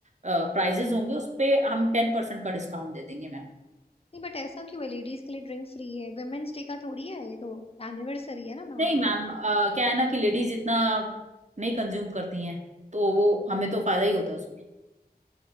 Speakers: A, on the right (about 45°); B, on the left (about 35°).
A: प्राइजेस होंगे उस पे हम टेन परसेंट का डिस्काउंट दे देंगे मैम
B: नहीं बट ऐसा क्यों है लेडीज के लिए ड्रिंक फ्री है वुमेन्स डे का थोड़ी है ये तो एनिवर्सरी है ना मैम
A: नहीं मैम आ, क्या है ना कि लेडीज इतना नहीं कंज्यूम करती हैं तो वो हमें तो फायदा ही होता है उसमें